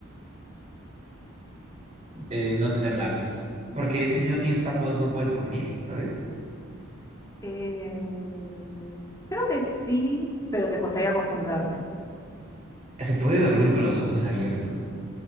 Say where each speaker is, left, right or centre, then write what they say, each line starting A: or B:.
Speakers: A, on the right; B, on the left.
A: eh, no tener labios. Porque es que si no tienes párpados no puedes dormir, ¿sabes?
B: Em, creo que sí, pero te costaría acostumbrarte.
A: ¿Se puede dormir con los ojos abiertos?